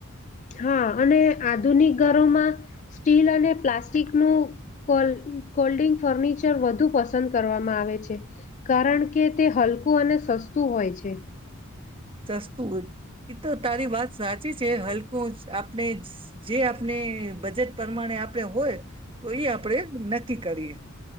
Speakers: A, on the left (about 35°); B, on the right (about 25°).
A: હા અને આધુનિગ કરોમાં. સ્ટીલ અને પ્લાસ્ટિક નું કોલ. કોલ્ડિંગ ફર્નિચર વધુ પસંદ કરવામાં આવે છે કારણ કે તે હલકું અને સસ્તું હોય છે.
B: સસ્તું એ તો તારી વાત સાચી છે હલકું આપણે જ. જે આપને બજેટ. પ્રમાણે આપણે હોય. તો એ આપડે ન. કરીએ.